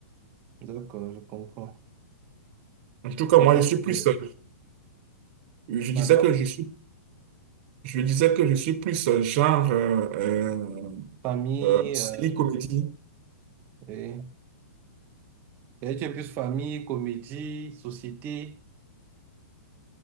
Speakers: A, on the right (about 20°); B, on the right (about 35°).
A: D'accord, je comprends.
B: En tout cas,
A: Ok.
B: moi, je suis plus, euh, je disais
A: Madame?
B: que je suis, je disais que je suis plus euh, genre euh, euh,
A: Famille,
B: euh, silly
A: euh,
B: comedy.
A: oui. Et tu es plus famille, comédie, société.